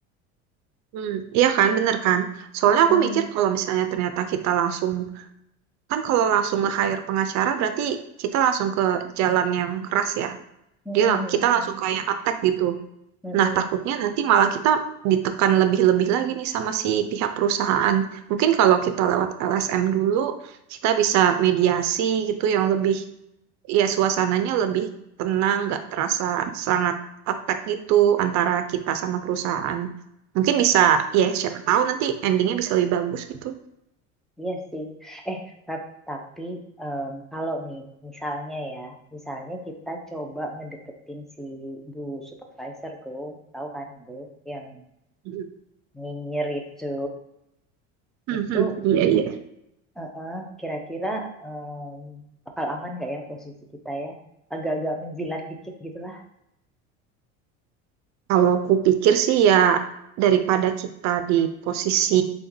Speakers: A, on the right (about 50°); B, in the centre.
A: Hmm, iya kan, bener kan? Soalnya
B: Mm,
A: aku mikir kalau misalnya ternyata kita langsung, kan kalau langsung nge-hire pengacara berarti kita langsung ke jalan yang keras ya.
B: mm,
A: Dia lang- kita langsung
B: mm,
A: kayak attack gitu.
B: mm,
A: Nah, takutnya nanti malah kita ditekan lebih-lebih lagi nih sama si pihak perusahaan. Mungkin kalau kita lewat LSM dulu, kita bisa mediasi gitu yang lebih, ya suasananya lebih tenang, nggak terasa sangat attack gitu antara kita sama perusahaan. Mungkin bisa,
B: mm.
A: ya siapa tahu nanti endingnya bisa lebih bagus gitu.
B: Iya sih. Eh, ta- tapi em, kalau nih, misalnya ya, misalnya kita coba ngedeketin si Bu Supervisor tuh, tahu kan Bu, yang
A: hmm
B: nyinyir itu,
A: hmm
B: itu
A: Iya, iya.
B: eh, eh, kira-kira em, bakal aman nggak ya posisi kita ya? Agak-agak menjilat dikit gitu lah.
A: Kalau aku pikir sih ya daripada kita di posisi